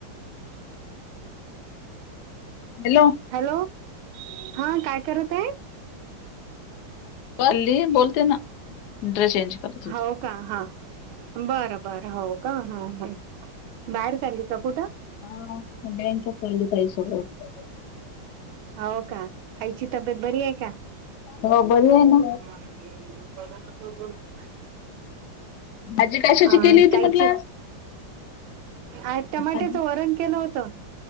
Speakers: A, on the left (about 75°); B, on the right (about 85°).
A: ओल
B: हॅलो हा काय करत आहे
A: पल्ली बोलते ना ड्रेस चेंज करत होती
B: हो का हा बरं बरं हो का ह बाहेर चालली का कुठं
A: हा बँक चालली तई सोबत
B: हो का आईची तब्येत बरी आहे का
A: हो बरी आहे
B: आ
A: ना भाजी कशाची
B: हा
A: केली होती
B: काहीची
A: म्हटलं आज?
B: आ टमाट्याचं
A: भाजी
B: वरण केलं होतं